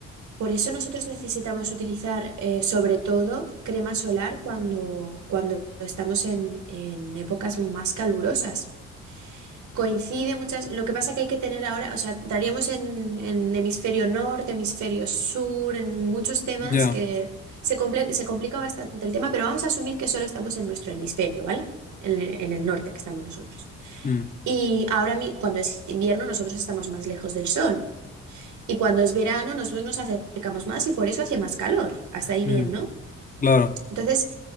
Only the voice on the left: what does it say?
Ya.
Mm,
mm.
Claro,